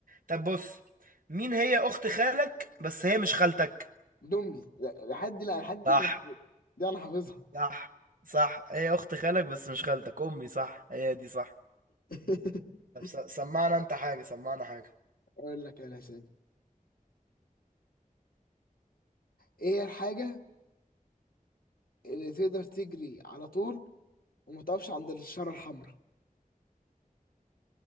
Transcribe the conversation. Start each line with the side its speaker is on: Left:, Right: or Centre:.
Right: طب بص مين هي اخت خالك بس هي مش خالتك
Left: دمي لا، لحد دي لا لحد دي
Right: صح
Left: انا حافظ- دي انا حافظها
Right: صح صح هي اخت خالك بس مش خالتك امي صح هي دي صح
Left: <laughs>
Right: طب س- سمعنا انت حاجة سمعنا حاجة
Left: اقول لك انا ثاني ايه هي الحاجة اللي تقدر تجري على طول وما تقفش عند الشارة الحمراء